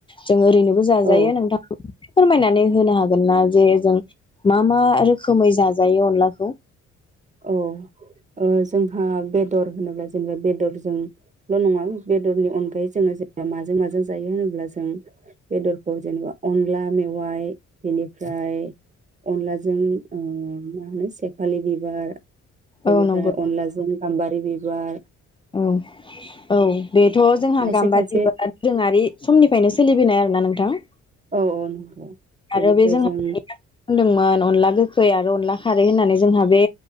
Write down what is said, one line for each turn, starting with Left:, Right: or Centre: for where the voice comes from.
Left: जों ओरैनोबो जाजायो
Right: औ
Left: नोंथां फोरमायनानै होनो हागोन ना जे जों मा मा रोखोमै जाजायो अनलाखौ।
Right: औ ओ जोंहा बेदर होनोब्ला जेनेबा बेदरजोंल' नङा बेदरनि अनगायै जोङो जेनेबा माजों माजों जायो होनोब्ला जों बेदरखौ जेनेबा अनला मेवाइ बेनिफ्राय अनलाजों उम मा होनो सेफालि बि बार बेनिफ्राय
Left: औ नंगौ
Right: अनलाजों गाम्बारि बि बार
Left: औ औ बेथ' जोंहा
Right: खायसे
Left: गाम्बारि
Right: खायसे
Left: बिबारा दोरोङारि समनिफ्रायनो सोलिबोनाय आरोना नोंथां
Right: औ औ नंगौ बेनिफ्राय
Left: आरो बे जोंहा
Right: जों
Left: बुंदोंमोन अनला गोखै आरो अनला खारै होननानै जोंहा बे